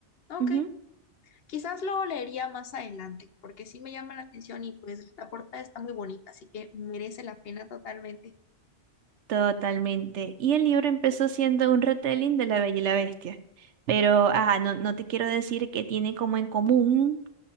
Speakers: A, on the left; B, on the right.
A: Ok,
B: Ujú,
A: Quizás lo leería más adelante, porque sí me llama la atención y pues la portada está muy bonita, así que merece la pena totalmente.
B: Totalmente. Y el libro empezó siendo un retelling de La Bella y la Bestia. Pero, ajá, no, no te quiero decir que tiene como en común,